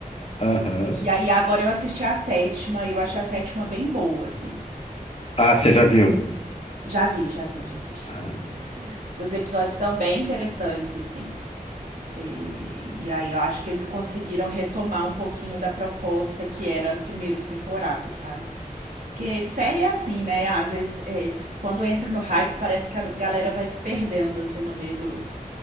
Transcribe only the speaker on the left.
Aham.
Ah, você já viu?
Ah.